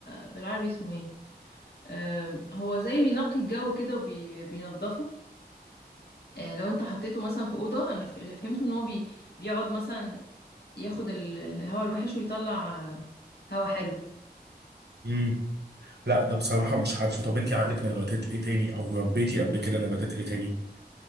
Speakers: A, on the left; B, on the right.
A: بالعربي اسمه ايه آم، هو زي بينقي الجو كده وبينضفه لو انت حطيته مثلا في اوضه انا ف- اللي فهمته ان هو بي بيقعد مثلا ياخد ال- الهواء الوحش ويطلع آه، هوا حلو
B: مم. لا ده بصراحة مش عارفه طب انت عندك نباتات ايه تاني او ربيتي قبل كده نباتات ايه تاني